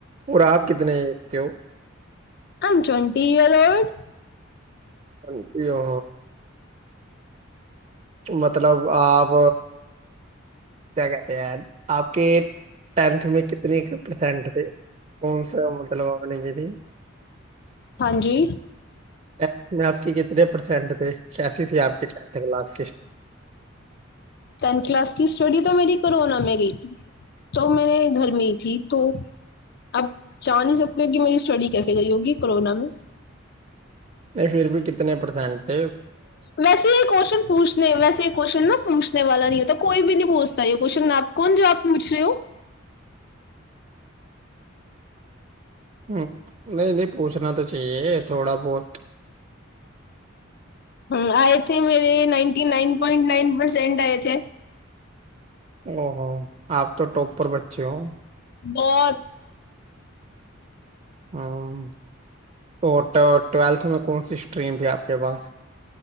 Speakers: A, on the right; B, on the left.
A: ਔਰ ਆਪ ਕਿਤਨ ਹੈ ਏਜ ਕੇ ਹੋ
B: ਆਮ ਟਵੰਟੀ ਅਰ ਓਲਡ
A: ਹ ਆ ਮਤਲਬ ਆਬ। ਕ ਕਹਿ ਰਹੇ ਆਪ ਕੇ ਟੈਂਥ ਮੈਂ ਕਿਤਨੇ ਪਰਸੈਂਟ ਥੇ ਹੋਣ ਸ ਮਤਲਬਵਾਗਣੇ ਗ ਦੀ
B: ਹਾਂਜੀ
A: ਟ ਕਿੇ ਪਰਸੈਂਟੇ ਕੈਸੀ ਆਪ ਟ ਕਲਾਸ
B: ਟੈਂਥ ਕਲਾਸ ਕੀ ਸਟੱਡੀ ਤਾਂ ਮੇਰੀ ਕੋਰੋਨਾ ਮੈਂ ਗਈ ਤ ਮੇਰੇ ਘਰ ਮੇ ਥੀ ਤੋ ਆਪ ਜਾਣ ਨਹੀਂ ਸਕਦੇ ਹੋ ਕਿ ਮੇਰੀ ਸਟੱਡੀ ਕੈਸੇ ਕਰੀ ਹੋਗੀ ਕੋਰੋਨਾ ਮ
A: ਨਹੀਂ ਫਿਰ ਵੀ ਕਿਤਨੇ ਪਰਸੈਂਟ
B: ਵੈਸੇ ਇਹ ਕੁਸ਼ਚਨ ਪੁੱਛਦੇ ਨਹੀ, ਵੈਸੇ ਕੁਸ਼ਚਨ ਨਾ ਪੂਛਨੇ ਵਾਲਾ ਨਹੀਂ ਹੋਤਾ, ਕੋਈ ਵੀ ਨਹੀਂ ਪੂਛਤਾ ਇਹ ਕੁਸ਼ਚਨ, ਆਪ ਕੌਣ ਜੋ ਆਪ ਪੁੱਛ ਰਹੇ ਹੋ?
A: ਹਮ ਨਹੀਂ -ਨਹੀਂ ਪੂਛਣਾ ਤਾਂ ਚਾਹੀਏ ਥੋੜਾ ਬਹੁਤ
B: ਹਮ ਆਏਥੇ ਮੇਰੇ ninety nine point nine percent ਆਏ ਥੇ
A: ਓ ਹੋ ਆਪ ਤੋਂ ਟੋਪਪਰ ਬੱਚੇ ਹੋ
B: ਬਸ
A: ਹਾਂ, ਟੋਟਲ ਟਵੇਲਥ ਮੇ ਕੌਣ ਸੀ ਸਟ੍ਰਰੀਮ ਥੀ ਆਪ ਕੇ ਪਾਸ